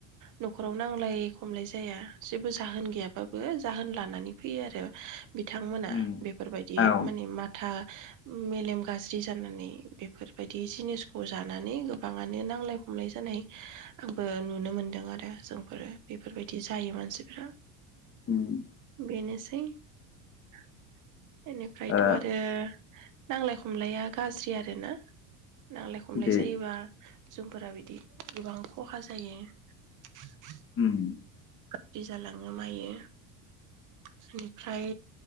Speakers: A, on the right; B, on the left.
A: न'खराव नांलाय खमलाय जाया जेबो जाहोन गैयाबाबो जाहोन लानानै बे आरो। बिथांमोना
B: उम
A: बेफोरबायदि
B: औ
A: माने माथा उम मेलेम गाज्रि जानानै बेफोरबायदि जिनिसखौ जानानै गोबाङानो नांलाय खमलाय जानाय आंबो नुनो मोनदों आरो जोंफोरो बेफोरबायदि जायो मानसिफ्रा।
B: ओम
A: बेनोसै। <inaudible> इनिफ्रायथ'
B: ओ
A: आरो नांलाय खमलाया गाज्रि आरो ना नांलाय खमलाय
B: बे
A: जायोबा जोंफोरा बिदि गोबां खहा जायो। <unintelligible>
B: उम
A: जि जालाङो मायो बेनिफ्राय